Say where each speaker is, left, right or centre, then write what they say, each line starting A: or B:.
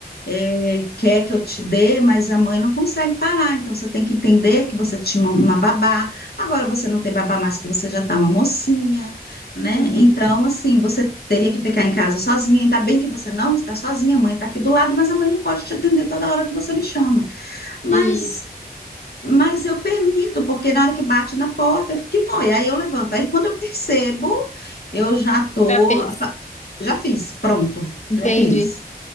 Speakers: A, on the left (about 75°); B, on the left (about 45°).
A: eh, quer que eu te dê, mas a mãe não consegue parar. Então você tem que entender que você tinha uma babá, agora você não tem babá mais, que você já está uma mocinha, né?
B: uhum.
A: Então, assim, você teria que ficar em casa sozinha. Ainda bem que você não está sozinha, a mãe está aqui do lado, mas a mãe não pode te atender toda hora que você me chama. Mas.
B: Isso,
A: Mas eu permito, porque na hora que bate na porta, eu fico, que foi? Aí eu levanto. Aí quando eu percebo, eu já tô,
B: já fez.
A: já fiz, pronto,
B: Entende?
A: já fiz.